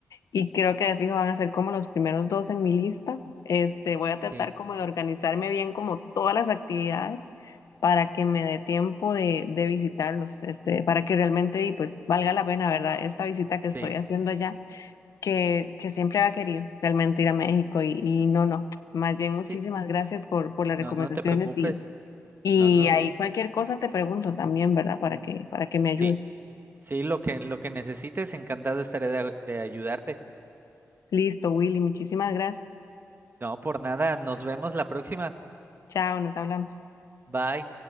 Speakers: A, on the left (about 80°); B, on the right (about 40°).
A: y creo que de fijo van a ser como los primeros dos en mi lista. Este, voy a tratar
B: Sí,
A: como de organizarme bien como todas las actividades para que me dé tiempo de, de visitarlos, este, para que realmente y pues valga la pena, ¿verdad? Esta visita que
B: sí,
A: estoy haciendo allá, que, que siempre había querido realmente ir a México y, y
B: sí,
A: no, no. Más bien, muchísimas
B: sí.
A: gracias por, por las
B: No,
A: recomendaciones
B: no te preocupes.
A: y
B: No, no.
A: ahí cualquier cosa te pregunto también, ¿verdad? Para que, para que me ayudes.
B: Sí, sí, lo que, lo que necesites, encantado estaré de de ayudarte.
A: Listo, Willy, muchísimas gracias.
B: No, por nada, nos vemos la próxima.
A: Chao, nos hablamos.
B: Bye.